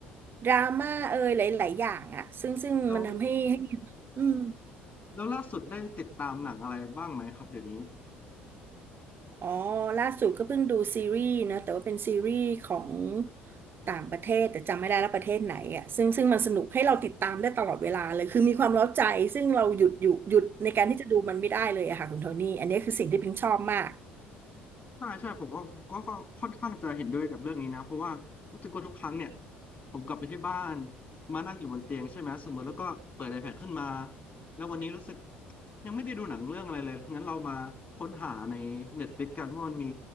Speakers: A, on the right; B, on the left.
A: ดราม่าเอยหลายๆอย่างอะซึ่งซึ่งมันทำให้ให้
B: แล้ว
A: อืม
B: แล้วล่าสุดได้ติดตามหนังอะไรบ้างไหมครับเดี๋ยวนี้
A: อ๋อล่าสุดก็เพิ่งดูซีรีส์นะแต่ว่าเป็นซีรีส์ของต่างประเทศแต่จำไม่ได้แล้วประเทศไหนอ่ะซึ่งซึ่งมันสนุกให้เราติดตามได้ตลอดเวลาเลยคือมีความเร้าใจซึ่งเราหยุดหยุดหยุดในการที่จะดูมันไม่ได้เลยอะค่ะคุณโทนี่อันนี้คือสิ่งที่พิงชอบมาก
B: ใช่ใช่ผมว่าก็ก็ค่อนข้างจะเห็นด้วยกับเรื่องนี้นะเพราะว่ารู้สึกว่าทุกครั้งเนี่ยผมกลับไปที่บ้านมานั่งอยู่บนเตียงใช่ไหมสมมติแล้วก็เปิด iPad ขึ้นมาแล้ววันนี้รู้สึกยังไม่ได้ดูหนังเรื่องอะไรเลยงั้นเรามาค้นหาใน Netflix กันว่ามันมี